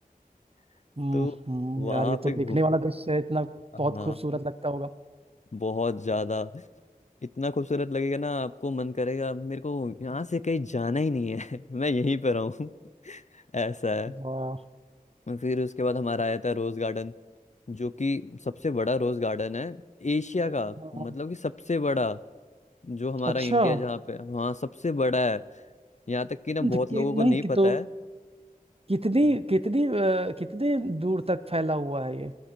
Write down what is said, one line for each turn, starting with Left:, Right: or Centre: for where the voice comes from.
Left: <laughs>
Right: हम्म
Left: तो
Right: हम्म,
Left: वहां
Right: यार ये तो
Left: पे
Right: देखने
Left: घूम
Right: वाला दृश्य है इतना
Left: हाँ
Right: बहुत खूबसूरत लगता होगा
Left: बहुत ज्यादा इतना खूबसूरत लगेगा ना आपको मन करेगा मेरे को यहाँ से कहीं जाना ही नहीं है <laughs> मैं यहीं पर रहूं ऐसा है
Right: वाह
Left: और फिर उसके बाद हमारा आया था रोज गार्डन जो कि सबसे बड़ा रोज गार्डन है एशिया का
Right: हाँ,
Left: मतलब कि सबसे बड़ा जो हमारा
Right: अच्छा
Left: इंडिया जहाँ पे वहाँ सबसे बड़ा है यहाँ तक कि ना बहुत
Right: तो कि,
Left: लोगों को
Right: नहीं
Left: नहीं
Right: कि
Left: पता
Right: तो
Left: है
Right: कितनी
Left: हम्म।
Right: कितनी अ, कितने दूर तक फैला हुआ है ये